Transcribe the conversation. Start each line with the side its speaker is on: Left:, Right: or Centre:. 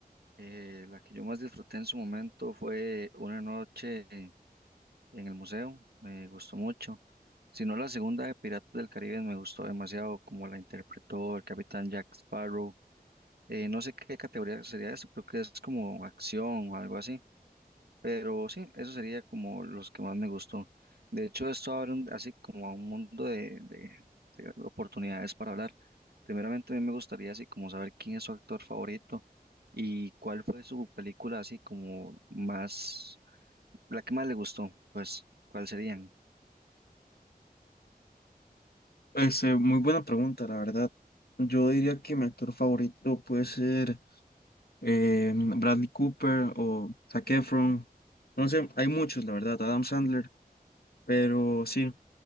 Right: Eh, la que yo más disfruté en su momento fue una noche en el museo, me gustó mucho. Si no, la segunda de Piratas del Caribe me gustó demasiado, como la interpretó el capitán Jack Sparrow. Eh, no sé qué categoría sería eso, creo que es como acción o algo así. Pero sí, eso sería como los que más me gustó. De hecho, esto abre un- así como a un mundo de, de- de oportunidades para hablar. Primeramente, a mí me gustaría así como saber quién es su actor favorito y cuál fue su película así como más, la que más le gustó, pues, ¿cuál serían?
Left: Este, muy buena pregunta, la verdad. Yo diría que mi actor favorito puede ser eh, Bradley Cooper o Zac Efron. No sé, hay muchos, la verdad, Adam Sandler, pero sí.